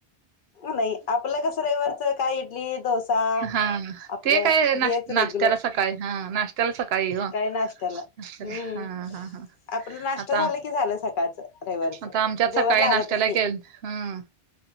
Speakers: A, on the left; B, on the right.
A: नाही. आपलं कसं रविवारचं काय इडली डोसा.
B: हा
A: आपलं
B: ते काय ना
A: हेच रेग्युलर
B: नाशत्याला सकाळी. हा नाश्त्याला सकाळी. अस.
A: नाश्त्याला हम्म.
B: हा हा हा.
A: आपला नाश्ता
B: आता.
A: झाला की झालं सकाळचं रविवारचं
B: आता आमच्यात
A: जेवण
B: सकाळी
A: लागतच
B: नाश्त्याला
A: नाही.
B: केेल. हम्.